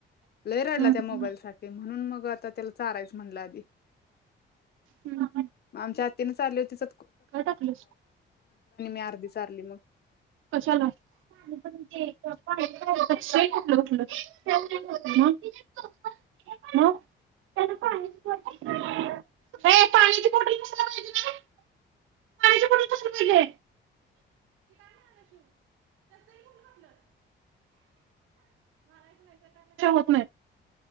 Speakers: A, on the left; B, on the right.
A: लई राडला
B: हम्म
A: त्या मोबाईल साठी म्हणून मग भातात त्याला चारायच- म्हणलं आधी
B: हम्म
A: आमच्या आ त्यानं चारल्यावर तीच
B: काय टाकलं
A: अर्धी चारली मग
B: कशाला? <unintelligible> पाण्याची बॉटल कशाला पाहिजे